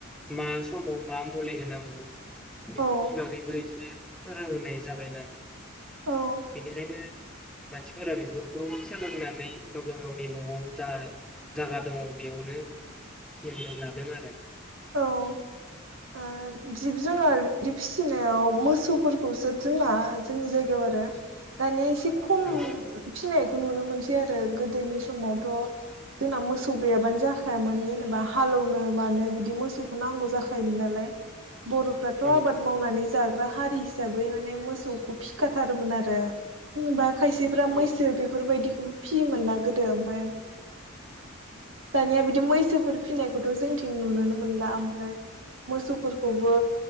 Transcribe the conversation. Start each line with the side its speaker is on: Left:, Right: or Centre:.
Centre: मा समाव मा मुलि होनांगौ बेफोरनि
Right: औ
Centre: बागैबो एसे फोरोंनाय जाबाय नालाय
Right: औ
Centre: बेनिखायनो मानसिफोरा बेफोरखौ सोलोंनानै गावबा गावनि न'आव जा जागा दङ बेयावनो सोलिनो लादों आरो
Right: औ ओ जिब जुनार बिदि फिसिनायाव मोसौफोरखौसो जोंना जोंनि जायगायाव आरो दानिया एसे खम
Centre: औ
Right: फिसिनायखौ नुनो मोनसै बिदि आरो गोदोनि समावथ' जोंना मोसौ गैयाबानो जाखायामोन जेनेबा हालेवनो मानो बि बे मोसौखौ नांगौ जाखायो मोन नालाय बर'फ्राथ'
Centre: औ
Right: आबाद मावनानै जाग्रा हारि हिसाबै माने मोसौखौ फिखाथारोमोन आरो बा खायसेफ्रा
Centre: औ
Right: मैसो बेफोरबायदिखौ फियोमोन ना गोदो ओमफ्राय दानिया बिदि मै सोफोर फिनायखौथ' जोंनिथिं जों नुनोनो मोनला ओमफ्राय मोसौफोरखौबो